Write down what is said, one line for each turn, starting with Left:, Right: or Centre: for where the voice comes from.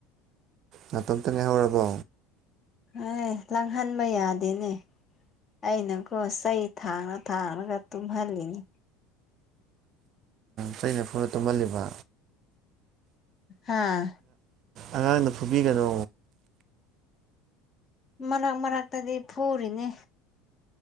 Right: ꯅꯇꯣꯝꯇ ꯉꯥꯏꯍꯧꯔꯕꯣ
Left: <unintelligible> ꯂꯥꯡꯍꯟꯕ ꯌꯥꯗꯦꯅꯦ ꯑꯩꯅꯀꯣ ꯆꯩ ꯊꯥꯡꯔ ꯊꯥꯔꯒ ꯇꯨꯝꯍꯜꯂꯤꯅꯤ
Right: ꯆꯩꯅ ꯐꯨꯔ ꯇꯨꯝꯍꯜꯂꯤꯕ
Left: ꯍꯥꯥ
Right: ꯑꯉꯥꯡꯗꫭ ꯐꯨꯕꯤꯒꯅꫭ
Left: ꯃꯔꯛ ꯃꯔꯛꯇꯗꯤ ꯐꯨꯔꯤꯅꯦ